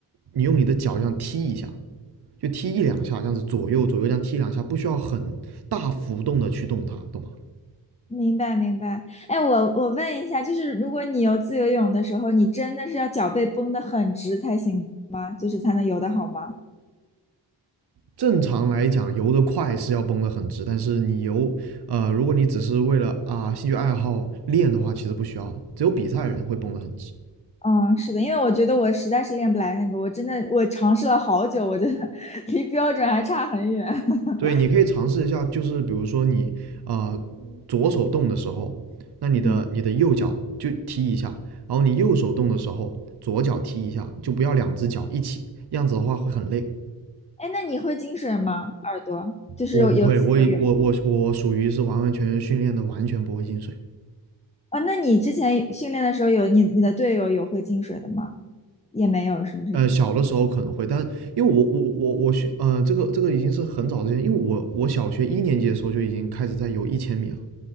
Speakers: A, on the right (about 60°); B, on the left (about 15°).
A: 你用你的脚这样踢一下，就踢一两下，这样子左右左右这样踢两下，不需要很大幅度的去动它，懂吗？
B: 明白明白。哎，我我问一下，就是如果你游自由泳的时候，你真的是要脚背绷得很直才行吗？就是才能游得好吗？
A: 正常来讲，游得快是要绷得很直，但是你游，呃，如果你只是为了啊、兴趣爱好练的话，其实不需要的。只有比赛的人会绷得很直。
B: 嗯，是的，因为我觉得我实在是练不来那个，我真的我尝试了好久，我觉得 <laughs> 离标准还差很远。<laughs>
A: 对，你可以尝试一下，就是比如说你呃左手动的时候，那你的你的右脚就踢一下，
B: 嗯，
A: 然后你右手动的时候，左脚踢一下，就不要两只脚一起，这样子的话会很累。
B: 哎，那你会进水吗？耳朵就是有有自由泳
A: 我不会，我我我我属于是完完全全训练的，完全不会进水。
B: 啊？那你之前训练的时候有你你的队友有会进水的吗？也没有，是不是？
A: 呃，小的时候可能会，但因为我我我我学呃，这个这个已经是很早之前，因为我我小学一年级的时候就已经开始在游一千米了。